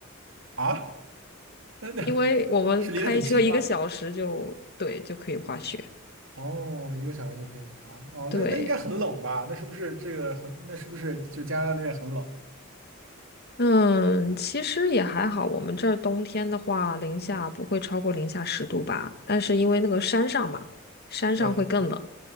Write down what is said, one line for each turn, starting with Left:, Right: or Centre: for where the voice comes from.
Right: 啊，那那
Left: 因为我们开车一个小时就，
Right: <laughs> 是离得很近吗？
Left: 对，就可以滑雪。
Right: 哦，一个小时就可以滑。哦，
Left: 对，
Right: 那那应该很冷吧？那是不是这个很？那是不是就加拿大那边很冷？
Left: 嗯，其实也还好。我们这儿冬天的话，零下不会超过零下十度吧？但是因为那个山上嘛，山上会更冷，
Right: 对，